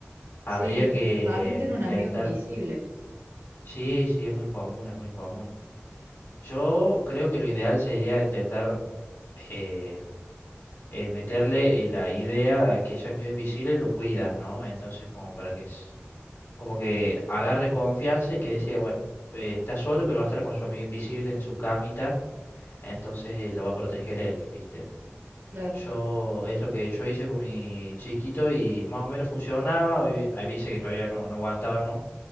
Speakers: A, on the left (about 70°); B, on the right (about 65°).
A: Habría
B: Sí,
A: que
B: también tiene
A: intentar.
B: un amigo invisible,
A: Sí, sí, es muy común, es muy común. Yo creo que lo ideal sería intentar eh, eh, meterle eh, la idea a que ese amigo invisible lo cuidas, ¿no? Entonces, como para que es, como que agarre confianza y que decía, bueno, eh, está solo, pero va a estar con su amigo invisible en su camita, entonces eh, lo va a proteger él, ¿viste?
B: claro.
A: Yo, es lo que yo hice con mi chiquito y más o menos funcionaba. Hoy hay veces que todavía no, no aguantaba, ¿no?